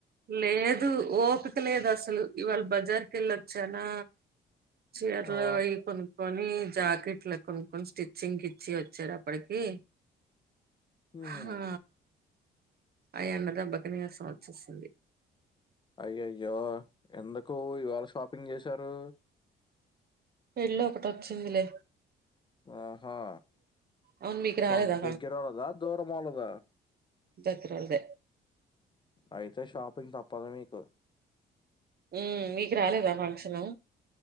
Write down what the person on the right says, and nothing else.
లేదు అ ఓపిక లేదు అసలు ఇవాళ బజార్ కి వెళ్ళొచ్చానా చీరలు
అవి కొనుక్కొని జాకెట్ లు కొనుక్కని స్టిచ్చింగ్ ఇచ్చి వచ్చే అప్పటికి
హా అ ఎండ దెబ్బకు నీరసం వచ్చేసింది
పెళ్లి ఒకటి వచ్చిందిలే
అవును మీకు
రాలేదా
దగ్గరోలదే
ఉ మీకు రాలేదా ఫంక్షను